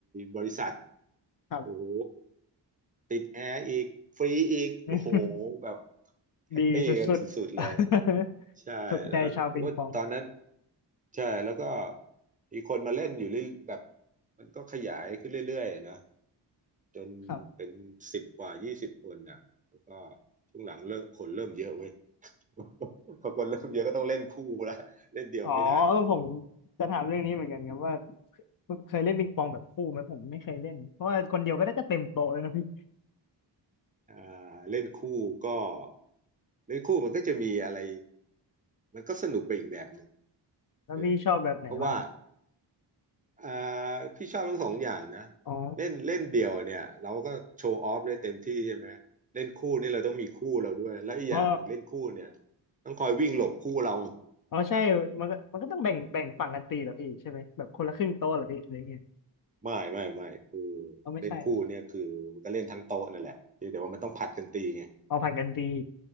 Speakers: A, on the right (about 20°); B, on the left (about 50°).
A: บริษัท
B: ครับ
A: โอ้โหติดแอร์อีกฟรีอีกโอ้โห
B: อื
A: แบบแฮปปี้กันสุดๆเลย
B: ดีสุดๆ <laughs>
A: ใช่แล้วโอ้ตอนนั้น
B: ถูกใจชาวปิงปอง
A: ใช่แล้วก็มีคนมาเล่นอยู่เรื่อยแบบมันก็ขยายขึ้นเรื่อยๆนะ จนเป็นสิบกว่ายี่สิบคนอ่ะแล้วก็
B: ครับ
A: ช่วงหลังเริ่มคนเริ่มเยอะเว้ย <laughs> พอคนเริ่มเยอะก็ต้องเล่นคู่ละ <laughs> เล่นเดียวไม่ได้
B: อ๋อเออผมจะถามเรื่องนี้เหมือนกันครับว่าเคยเล่นปิงปองแบบคู่ไหมผมไม่เคยเล่นเพราะว่าคนเดียวก็ได้จะเต็มโต๊ะเลยนะพี่
A: อ่าเล่นคู่ก็เล่นคู่มันก็จะมีอะไรมันก็สนุกไปอีกแบบหนึ่ง
B: แล้วพี่ชอบแบบไหนมากกว่า
A: เออเพราะว่าอ่าพี่ชอบทั้งสองอย่างนะ
B: อ๋อ
A: เล่นเล่นเดี่ยวเนี่ยเราก็โชว์ออฟได้เต็มที่ใช่ไหมเล่นคู่นี่เราต้องมีคู่เราด้วยแล้วอีกอย่างหนึ่งเล่นคู่เนี่ย
B: อ๋อ
A: ต้องคอยวิ่งหลบคู่เรา
B: อ๋อใช่มันก็มันก็ต้องแบ่งแบ่งฝั่งกันตีเหรอพี่ใช่ไหมแบบคนละครึ่งโต๊ะเหรอพี่หรือไง
A: ไม่ <laughs> ไม่ไม่
B: เอาไม่ใช่เหรอ
A: เล่นคู่เนี่ยคือมันก็เล่นทั้งโต๊ะนั่นแหละเพียงแต่ว่ามันต้องผัดกันตีไง
B: เอาผัดกันตี